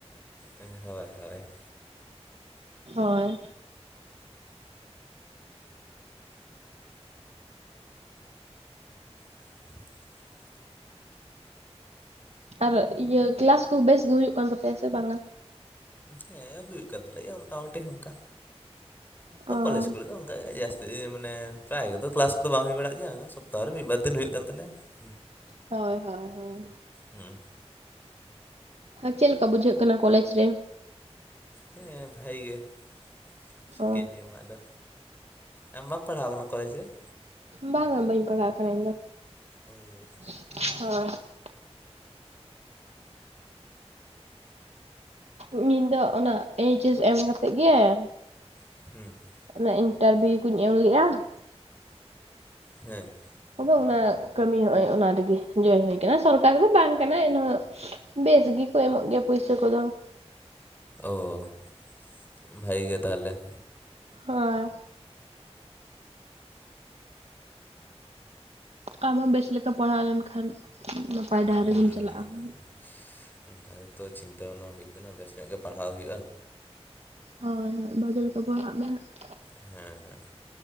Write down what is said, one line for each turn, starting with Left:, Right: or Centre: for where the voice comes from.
Left: ᱦᱮᱸ ᱦᱚᱭ ᱦᱚᱭ ᱾
Right: ᱦᱚᱭ ᱾
Left: <unintelligible>
Right: ᱟᱨ ᱤᱭᱟ. ᱠᱞᱟᱥ ᱠᱚ ᱵᱮᱥ ᱜᱮ ᱦᱩᱭᱩᱜ ᱠᱟᱱ ᱛᱟᱯᱮᱭᱟ ᱥᱮ ᱵᱟᱝᱟ
Left: ᱦᱮᱸ ᱦᱩᱭᱩᱜ ᱠᱟᱱ ᱛᱟᱞᱮᱭᱟ ᱢᱚᱴᱟ ᱢᱩᱴᱤ ᱚᱱᱠᱟ
Right: ᱚ
Left: ᱠᱚᱞᱮᱡᱽ ᱠᱚᱨᱮ ᱫᱚ ᱚᱱᱠᱟᱜ ᱡᱟᱹᱥ ᱢᱟᱱᱮ ᱯᱨᱟᱭᱜᱮᱛᱚ ᱠᱞᱟᱥ ᱠᱚ ᱫᱚ ᱵᱟᱝ ᱦᱩᱭ ᱵᱟᱲᱟᱜ ᱜᱮᱭᱟ ᱥᱚᱯᱛᱟᱦᱚᱨ ᱨᱮ ᱢᱤᱫᱵᱟᱨ ᱫᱤᱱ ᱦᱩᱭᱩᱜ ᱠᱟᱱ ᱛᱟᱞᱮᱭᱟ ᱾
Right: ᱦᱳᱹᱭ ᱦᱳᱹᱭ ᱦᱳᱹᱭ᱾
Left: ᱦᱩᱸ ᱾
Right: ᱪᱮᱫ ᱞᱮᱠᱟ ᱵᱩᱡᱷᱟᱹᱜ ᱠᱟᱱᱟ ᱠᱚᱞᱮᱡᱽ ᱨᱮ ᱾
Left: ᱦᱮᱸ ᱵᱷᱟᱜᱤ ᱜᱮ ᱾ ᱪᱤᱠᱟᱹᱧ
Right: ᱚ
Left: ᱞᱟᱹᱭᱟ ᱢᱟ ᱟᱫᱚ ᱟᱢ ᱵᱟᱢ ᱯᱟᱲᱦᱟᱣ ᱟᱠᱟᱱᱟ ᱠᱚᱞᱮᱡᱽ ᱨᱮ ᱾
Right: ᱵᱟᱝᱟ ᱵᱟᱹᱧ ᱯᱟᱲᱦᱟᱜ ᱠᱟᱱᱟ ᱤᱧᱫᱚ ᱾
Left: ᱚᱸᱻ
Right: ᱦᱳᱹᱭ ᱾ ᱤᱧ ᱫᱚ ᱚᱱᱟ ᱮᱭᱤᱪᱮᱥ ᱮᱢ ᱠᱟᱛᱮᱫ ᱜᱮ ᱾
Left: ᱦᱩᱸ ᱾
Right: ᱚᱱᱟ ᱤᱱᱴᱟᱨᱵᱷᱤᱭᱩ ᱠᱩᱧ ᱮᱢᱞᱟᱜᱼᱟ ᱾
Left: ᱦᱮᱸ ᱾
Right: ᱟᱫᱚ ᱚᱱᱟ ᱠᱟᱹᱢᱤ ᱦᱚᱸᱚᱭ ᱚᱱᱟ ᱨᱮᱜᱮ ᱡᱚᱭᱮᱱ ᱦᱩᱭ ᱠᱟᱱᱟ ᱥᱚᱨᱠᱟᱨᱤ ᱫᱚ ᱵᱟᱝ ᱾ ᱠᱟᱱᱟ ᱮᱱᱦᱚᱸ ᱵᱮᱥ ᱜᱮ ᱠᱚ ᱮᱢᱚᱜ ᱜᱮᱭᱟ ᱯᱩᱭᱥᱟᱹ ᱠᱚ ᱫᱚ ᱾
Left: ᱚᱸ ᱵᱷᱟᱜᱤ ᱜᱮ ᱛᱟᱦᱚᱞᱮ ᱾
Right: ᱦᱳᱭ ᱟᱢᱦᱚᱸ ᱵᱮᱥ ᱞᱮᱠᱟ ᱯᱟᱲᱦᱟᱣ ᱞᱮᱱᱠᱷᱟᱱ ᱱᱟᱯᱟᱭ ᱰᱟᱦᱟᱨ
Left: ᱦᱩᱸ
Right: ᱨᱮᱜᱤᱢ ᱪᱟᱞᱟᱜᱼᱟ
Left: ᱦᱩᱸ
Right: ᱾
Left: ᱦᱩᱸ ᱚᱱᱠᱟ ᱜᱮ ᱛᱚ ᱪᱤᱱᱛᱟᱹ ᱵᱷᱟᱱᱟ ᱦᱳᱭᱳᱜ ᱠᱟᱱᱟ ᱵᱮᱥ ᱧᱚᱜ ᱜᱮ ᱯᱟᱲᱦᱟᱣ ᱦᱩᱭᱩᱜᱼᱟ᱾
Right: ᱦᱳᱹᱭ ᱦᱳᱹᱭ ᱵᱟᱜᱮᱞᱮᱠᱟ ᱯᱟᱲ ᱦᱟᱜ ᱢᱮᱦᱟᱸᱜ ᱾
Left: ᱦᱮᱸ ᱦᱮᱸ᱾